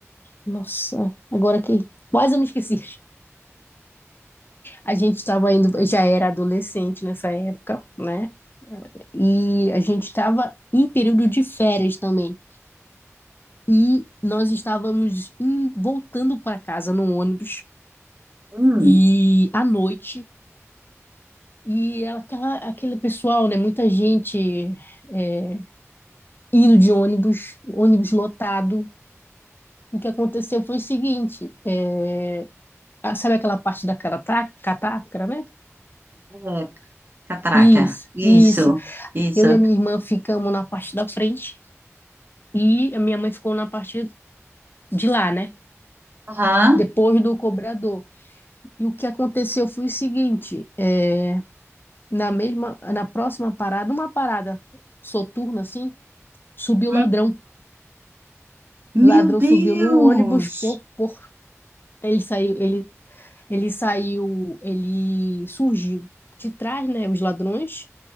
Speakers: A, on the left (about 45°); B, on the right (about 40°).
A: Nossa, agora que quase eu me esqueci. A gente estava indo, já era adolescente nessa época, né? E a gente estava em período de férias também. E nós estávamos em- voltando para casa no ônibus
B: Hum,
A: e à noite. E aquela, aquele pessoal, né? Muita gente é, ido de ônibus, ônibus lotado. O que aconteceu foi o seguinte: é, ah, sabe aquela parte da carata- catraca, né?
B: é, catraca.
A: Isso,
B: Isso,
A: isso.
B: isso.
A: Eu e a minha irmã ficamos na parte da frente e a minha mãe ficou na parte de lá, né?
B: Aham.
A: Depois do cobrador. E o que aconteceu foi o seguinte: é, na mesma, na próxima parada, uma parada soturna assim, subiu
B: Hum.
A: o ladrão.
B: Meu
A: O ladrão
B: Deus!
A: subiu no ônibus por, por ele saiu, ele Ele saiu, ele surgiu de trás, né? Os ladrões